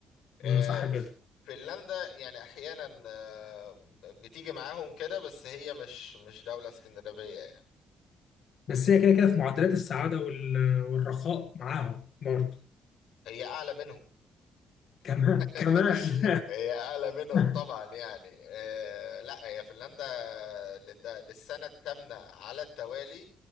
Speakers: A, on the left; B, on the left.
A: آه،
B: مم، صح كده
A: فنلندا يعني احيانا آه، بتيجي معاهم كده بس هي مش مش دولة اسكندنافية يعني
B: بس هي كده كده في معدلات السعاده وال- والرخاء معاهم برضه
A: هي اعلى منهم
B: كمان كمان
A: <laughs> هي اعلى منهم
B: <laughs>
A: طبعا يعني آه، لا هي فنلندا للد- للسنة الثامنة على التوالي